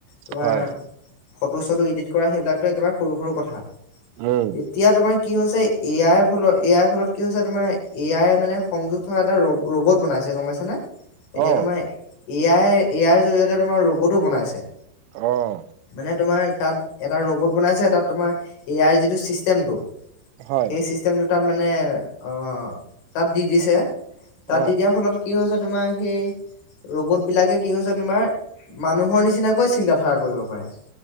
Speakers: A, on the left; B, on the right.
A: তোমাৰ
B: হয়
A: ফটো চটো ইডিট কৰা সেইবিলাকতো একেবাৰে সৰু, সৰু কথা
B: উম
A: এতিয়া তোমাৰ কি হৈছে এ আইৰ ফলত এ আইৰ ফলত কি হৈছে তোমাৰ এ আইৰ মানে সংযোগ থকা এটা ৰ-ৰবৰ্ট বনাইছে। গম পাইচা নে, এতিয়া
B: অ
A: তোমাৰ এ আই এ আইৰ জৰিয়তে তোমাৰ ৰবৰ্টো বনাইছে।
B: অহ।
A: মানে তোমাৰ তাত এটা ৰ'বত বনাইছে তাত তোমাৰ এ আই যিটো চিষ্টেমটো
B: হয়
A: সেই চিষ্টেমটো তাত মানে অহ, তাত দি দিছে, তাত
B: অ
A: দি দিয়াৰ ফলত কি হৈছে তোমাৰ সেই ৰ'বতবিলাকে কি হৈছে তোমাৰ মানুহৰ নিচিনাকৈ চিন্তা ধাৰা কৰিব পাৰে।